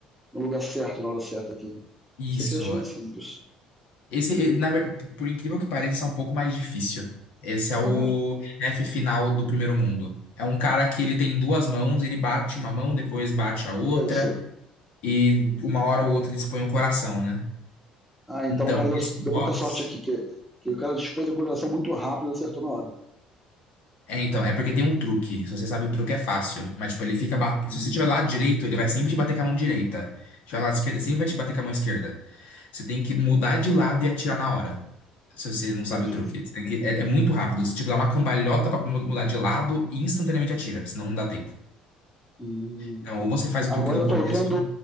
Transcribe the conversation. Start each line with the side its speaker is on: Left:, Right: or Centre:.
Centre: no lugar certo, na hora certa aqui, né?
Left: Isso,
Centre: Isso aqui eu acho mais simples.
Left: Esse, eh, na ver- por incrível que pareça, esse é um pouco mais difícil. Esse é o
Centre: Ah,
Left: chefe final do primeiro mundo. É um cara que ele tem duas mãos, ele bate uma mão, depois bate a outra,
Centre: pera. Isso.
Left: e uma hora ou outra ele expõe o coração, né?
Centre: Ah,
Left: Então,
Centre: então o cara deu,
Left: esse boss.
Centre: deu muita sorte aqui, que, que o cara dispôs o coração muito rápido e acertou na hora.
Left: É, então, é porque tem um truque. Se você sabe o truque, é fácil. Mas, tipo, ele fica. bat-
Centre: Hum,
Left: Se você estiver do lado direito, ele vai sempre te bater com a mão direita. Se estiver do lado esquerdo, ele sempre vai te bater com a mão esquerda. Você tem que mudar de lado e atirar na hora. Se você não
Centre: entendi.
Left: sabe o truque. Você tem que, é, é muito rápido. Você, tipo, dá uma cambalhota pra mu- mudar de lado e instantaneamente atira, senão não dá tempo.
Centre: Hum.
Left: Então, ou você faz
Centre: Agora
Left: o truque do
Centre: eu
Left: começo.
Centre: tô vendo,